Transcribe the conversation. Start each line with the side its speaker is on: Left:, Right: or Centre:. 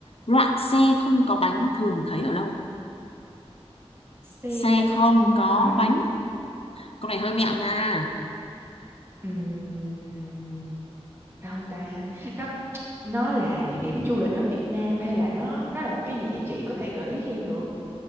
Left: loại xe không có bánh thường thấy ở đâu
Right: xe
Left: xe không
Right: không
Left: có
Right: bánh
Left: bánh câu này hơi mẹo nha
Right: Ừm, đâu ta nó nó là địa điểm du lịch ở Việt Nam hay là nó nó là một cái gì vậy chị có thể gợi ý cho em được không